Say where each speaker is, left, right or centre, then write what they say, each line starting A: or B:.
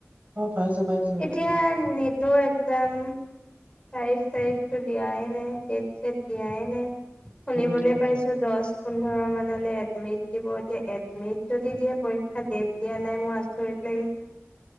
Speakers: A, on the right; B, on the left.
A: অ পাইছো পাইছো
B: এতিয়া
A: সেইটোৱে
B: নেটৰ এক্জাম তাৰিখ চাৰিখতো দিয়াই নাই ডেট তেতিয়াই নাই শুনিবলৈ
A: দিব দিব নাই
B: পাইছো দহ পোন্ধ ৰ মানলে এডমিট দিব সেই এডমিট যদি দিয়ে পৰীক্ষাৰ ডেট দিয়া নাই মোৰ আচৰিত